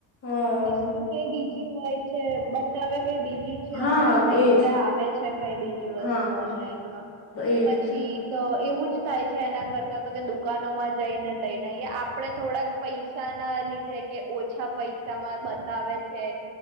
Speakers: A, on the left (about 30°); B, on the right (about 80°).
A: હા
B: વસ્તુ કઈ બીજી હોય છે બતાવે કઈ બીજ
A: હા
B: અને આપડ
A: એજ
B: જોડે આવે છે કઈ બીજી વસ્તુ
A: હા
B: ઓનલાઈનમાં
A: એજ
B: પછી તો એવું જ થાય છે એના કરતા તો કે દુકાનોમાં જઈને લઈને આપ આપડે થોડાક પૈસા ના લીધે કે ઓછા પૈસામાં બતાવે છે